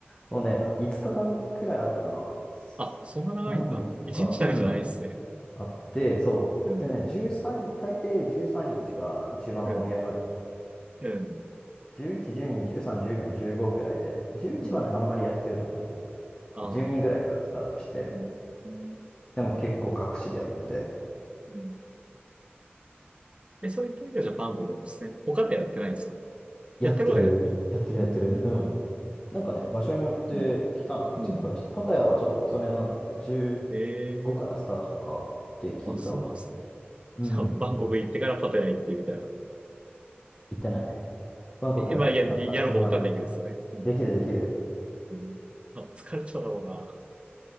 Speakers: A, on the left; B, on the right.
A: う、もうね、5日間くらいあるかな。3、
B: あ、そんな長いんだ。
A: 4日、
B: 一日だけじゃないですね。
A: うん、あって、そう。
B: うん、
A: でね、13、大抵13日が一番盛り上がる。
B: うん、うん、
A: 11、12、13、14、15ぐらいで、11はね、
B: うん。
A: あんまりやってるとこないかな。
B: ああ、
A: 12ぐらいからスタートして、
B: うん、うん。
A: でも結構各地でやってて、
B: うんえ、そういった時はジャパン語なんですね。他ではやってないんですか
A: やってる、
B: やってることはやってる。
A: やってる、
B: うん、
A: やってる。うん。なんかね、場所によって期間とか違うらしい。
B: うん、うん。
A: パタヤはちょっと遅めなんだって。15からスタートとかって聞いた。
B: ええあ、そうなんですね。
A: うん。
B: じゃあ、バンコク行ってからパタヤ行ってみたいな。
A: 行ってない。バンコクだけだった。
B: え、まあ、や、やろうと思ったらできるですよね。
A: 自分はね。
B: うん。
A: できるできる。
B: うんあ、疲れちゃうだろうな。